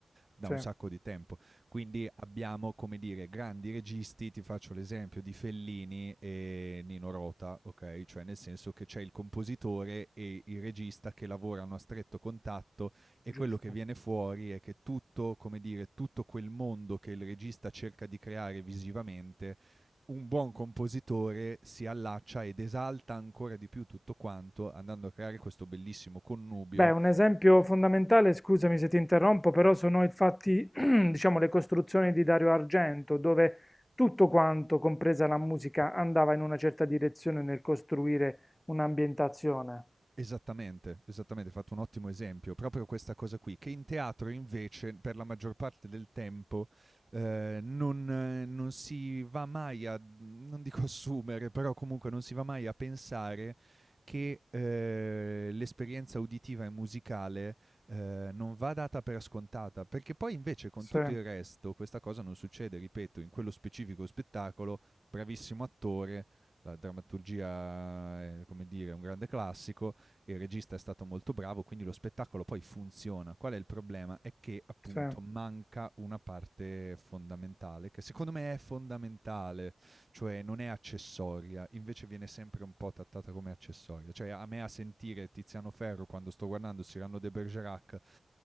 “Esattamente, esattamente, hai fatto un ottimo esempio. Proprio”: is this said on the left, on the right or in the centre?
Right